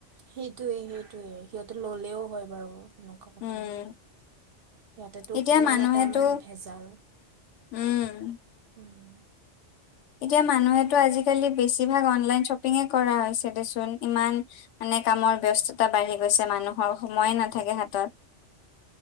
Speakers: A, on the right; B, on the left.
A: সেইটোয়ে সেইটোয়ে সিহঁতে ললেও হয় বাৰু সেনেকুৱা কথা।
B: উম
A: ইয়াতেটো
B: এতিয়া
A: কিমান
B: মানুহেতো
A: এটা মানে ভেজাল
B: উম
A: উম।
B: এতিয়া মানুহেটো আজিকালি বেছিভাগ অনলাইন শ্বপিঙে কৰা হৈছে দেচোন ইমান। মানে কামৰ ব্যস্ততা বাঢ়ি গৈছে মানুহৰ সময়ে নাথাকে হাতত।